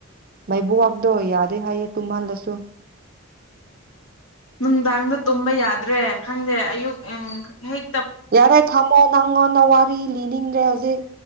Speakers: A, on the right; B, on the left.
A: ꯃꯩꯕꯨꯋꯥꯛꯗꯣ ꯌꯥꯗꯦ ꯍꯥꯏꯌꯦ ꯇꯨꯝꯃꯜꯂꯁꯨ
B: ꯅꯨꯡꯗꯥꯡꯗ ꯇꯨꯝꯕ ꯌꯥꯗ꯭ꯔꯦ ꯈꯪꯗꯦ ꯑꯌꯨꯛ ꯎꯝ ꯍꯦꯛ
A: ꯌꯥꯔꯦ ꯊꯝꯃꯣ ꯅꯪꯉꯣꯟꯗ ꯋꯥꯔꯤ ꯂꯤꯅꯤꯡꯗ꯭ꯔꯦ ꯍꯧꯖꯤꯛ